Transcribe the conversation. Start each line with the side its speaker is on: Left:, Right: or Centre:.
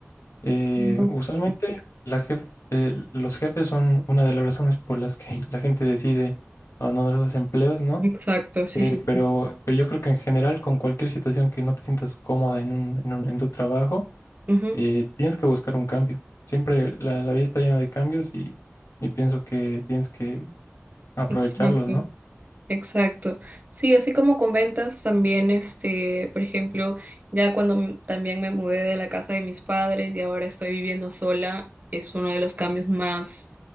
Left: Eh,
Right: Ujú.
Left: usualmente la jef- eh, los jefes son una de las razones por las que <laughs> la gente decide abandonar los empleos, ¿no?
Right: Exacto, sí,
Left: Eh,
Right: sí,
Left: pero,
Right: sí.
Left: pero yo creo que en general, con cualquier situación que no te sientas cómoda en un- en un- en tu trabajo,
Right: Ujú.
Left: eh, tienes que buscar un cambio. Siempre la, la vida está llena de cambios y, y pienso que tienes que aprovecharlos,
Right: Exacto.
Left: ¿no?
Right: Exacto. Sí, así como con ventas también, este, por ejemplo, ya cuando m- también me mudé de la casa de mis padres y ahora estoy viviendo sola, es uno de los cambios más,